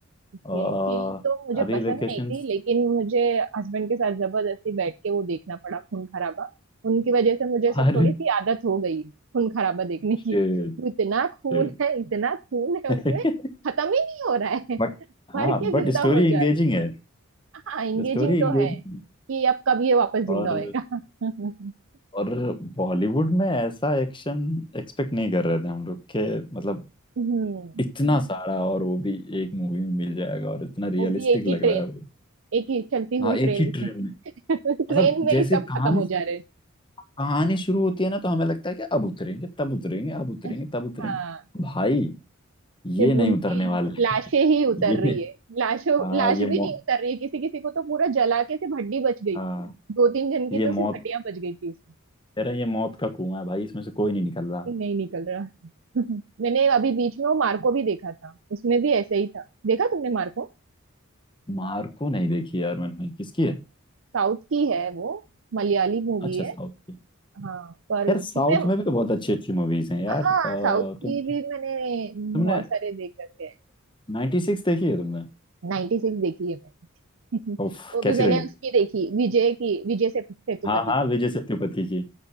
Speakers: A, on the left; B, on the right.
A: अ,
B: ये किल तो मुझे
A: अभी
B: पसंद
A: वेकेशन
B: नहीं थी लेकिन मुझे हस्बैंड के साथ जबरदस्ती बैठ के वो देखना पड़ा खून खराबा उनकी वजह से मुझे सो-
A: अरे
B: थोड़ी सी आदत हो गई है खून खराबा देखने
A: शिट
B: की वो इतना खून
A: शिट
B: है इतना खून है
A: <laughs>
B: उसमें खत्म ही नहीं हो रहा है
A: बट
B: मर
A: हाँ
B: के
A: बट
B: जिंदा
A: स्टोरी
B: हो जा
A: एंगेजिंग
B: रहे हैं।
A: है
B: हाँ एंगेजिंग
A: स्टोरी एंगेजिंग
B: तो है
A: है
B: कि अब कब ये वापस जिंदा
A: और
B: होएगा <laughs>
A: और बॉलीवुड में ऐसा एक्शन एक्सपेक्ट नहीं कर रहे थे हम लोग के मतलब
B: हम्म
A: इतना सारा और वो भी एक मूवी में मिल जाएगा और इतना
B: वो
A: रियलिस्टिक
B: भी एक ही
A: लग
B: ट्रेन
A: रहा है वो
B: एक ही चलती
A: हाँ
B: हुई
A: एक
B: ट्रेन
A: ही ट्रेन
B: में
A: में
B: <laughs> ट्रेन
A: मतलब
B: में
A: जैसे
B: ही सब
A: कहानी
B: खत्म हो जा रहे
A: कहानी शुरू होती है ना तो हमें लगता है कि अब उतरेंगे तब उतरेंगे अब उतरेंगे
B: हैं
A: तब उतरेंगे
B: हाँ
A: भाई ये
B: सिर्फ
A: नहीं
B: उनकी
A: उतरने वाले <laughs>
B: लाशें ही उतर
A: ये
B: रही है लाशों
A: हाँ
B: लाश
A: ये
B: भी
A: मौ,
B: नहीं उतर रही है किसी किसी को तो पूरा जला के सिर्फ हड्डी बच गई
A: हाँ
B: दो तीन जन की
A: ये मौत
B: तो सिर्फ हड्डियां बच गई थी उसमें
A: कह रहे हैं, ये मौत का कुआं है भाई इसमें से कोई नहीं निकल रहा
B: नहीं निकल रहा <laughs> मैंने अभी बीच में वो मार्को भी देखा था उसमें भी ऐसे ही था देखा तुमने मार्को
A: मार्को नहीं देखी यार मैंने किसकी है
B: साउथ की है वो मलयाली मूवी
A: अच्छा
B: है
A: साउथ की
B: हाँ पर
A: यार
B: उसमें
A: साउथ में भी तो बहुत अच्छी अच्छी मूवीज हैं यार
B: हाँ
A: अ,
B: साउथ की
A: तुम
B: भी मैंने
A: तुमने
B: बहुत सारे देख रखे हैं
A: नाइन्टी सिक्स देखी है तुमने
B: 96 देखी है मैंने
A: उफ
B: <laughs> वो भी
A: कैसी
B: मैंने
A: लगी
B: उसकी देखी विजय की विजय से सेतुपति
A: हाँ हाँ विजय सेतुपति की